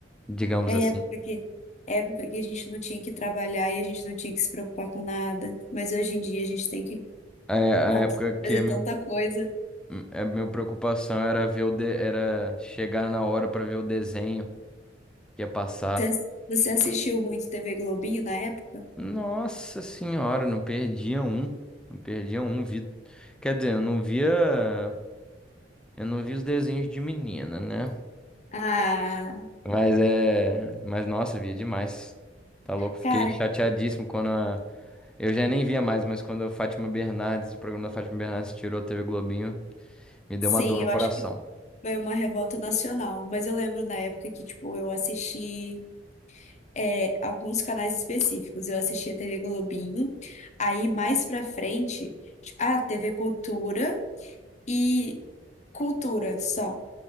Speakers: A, in the centre; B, on the left.
A: Digamos
B: É
A: assim.
B: época que, época que a gente não tinha que trabalhar e a gente não tinha que se preocupar com nada. Mas hoje em dia a gente tem que,
A: A, a
B: nossa,
A: época que
B: fazer
A: a minha,
B: tanta coisa.
A: a minha preocupação era ver o de- era chegar na hora pra ver o desenho que ia passar.
B: Você, você assistiu muito TV Globinho na época?
A: Nossa senhora, não perdia um. Não perdia um. Vi... Quer dizer, eu não via. Eu não vi os desenhos de menina, né?
B: Ah,
A: Mas é. Mas nossa, via demais. Tá louco? Fiquei
B: cara,
A: chateadíssimo quando a. Eu já nem via mais, mas quando a Fátima Bernardes, o programa da Fátima Bernardes tirou a TV Globinho, me deu
B: sim,
A: uma dor no
B: eu
A: coração.
B: acho que foi uma revolta nacional. Mas eu lembro na época que, tipo, eu assisti. é, alguns canais específicos. Eu assistia TV Globinho, aí mais pra frente, a TV Cultura e Cultura só.